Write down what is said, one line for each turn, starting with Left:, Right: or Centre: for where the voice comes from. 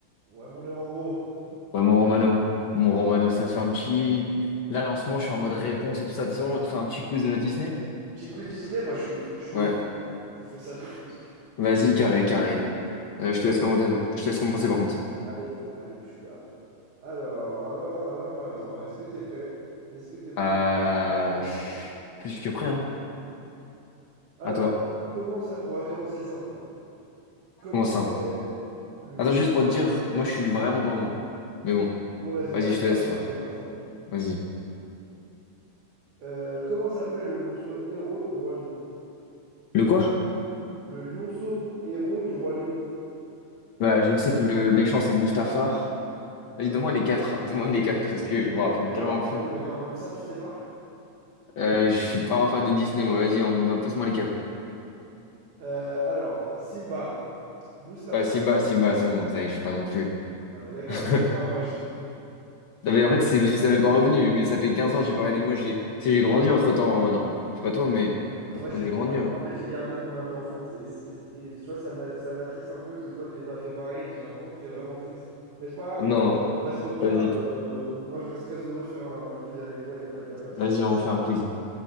Right: Ouais, mon Léandro,
Left: Ouais, mon Romano, mon Romano, ça te fait un petit. Là, en ce moment, je suis en mode réponse et tout ça. De toute façon, on te fait un petit quiz euh, Disney?
Right: Petit quiz Disney, moi je suis, je suis
Left: Ouais.
Right: au. On fait ça tout de suite.
Left: Vas-y, carré, carré. Euh, je te laisse
Right: Ouais.
Left: commenter. Je te laisse commencer par contre.
Right: Allez, allez, je suis là. Alors, alors, alors, alors, est-ce que t'es prêt? Est-ce que t'es prêt
Left: Euh,
Right: à te faire à te faire bouffer
Left: je suis plus que prêt, hein.
Right: Alors,
Left: À toi.
Right: comment ça... On va commencer simple. hein. Comment
Left: Commence
Right: s'appelle
Left: simple.
Right: le
Left: Attends,
Right: lionceau...
Left: juste pour te dire, moi, je suis vraiment pas bon. Mais bon,
Right: Ouais, bah, c'est
Left: vas-y,
Right: pour ça que
Left: je
Right: je
Left: te
Right: vais
Left: laisse
Right: faire simple,
Left: faire.
Right: je vais faire simple.
Left: Vas-y.
Right: Euh, comment s'appelle le lionceau héros du roi lion?
Left: Le quoi?
Right: Le lionceau héros du roi lion.
Left: Bah, je sais que le méchant, c'est Mustafar. Vas-y,
Right: Ah
Left: donne-moi
Right: oui, d'accord.
Left: les quatre. <laughs> Donne-moi les quatre parce que je me
Right: Ah
Left: rappelle
Right: oui, d'accord.
Left: tellement plus.
Right: Ah oui, d'accord. Même ça, tu sais pas?
Left: Euh, je suis pas un fan de Disney, moi. Vas-y, on... passe-moi les quatre.
Right: Euh, alors, Simba, Mustapha,
Left: Ouais, Simba, Simba, c'est bon, ça y est, je suis pas non plus.
Right: Non, mais d'accord,
Left: <laughs>
Right: je sais pas, moi, je...
Left: Non, mais en fait, c'est parce que ça m'est pas revenu, mais ça fait 15 ans, j'ai pas regardé. Moi, j'ai,
Right: Ok.
Left: tu sais, j'ai grandi entre-temps, Romain. Je sais pas toi, mais
Right: Non, Moi, j'ai,
Left: moi, j'ai grandi,
Right: moi,
Left: hein.
Right: en fait, j'ai gardé mon âme d'enfance et, et- et tu vois, ça m'a- ça m'attriste un peu que toi, t'aies pas fait pareil. J'ai l'impression que t'es vraiment triste. Mais c'est pas
Left: Non,
Right: grave, on reste copains.
Left: vas-y,
Right: euh, moi, je reste très heureux de faire un, un quiz avec toi, y a pas, y a pas de souci.
Left: vas-y, on fait un quiz.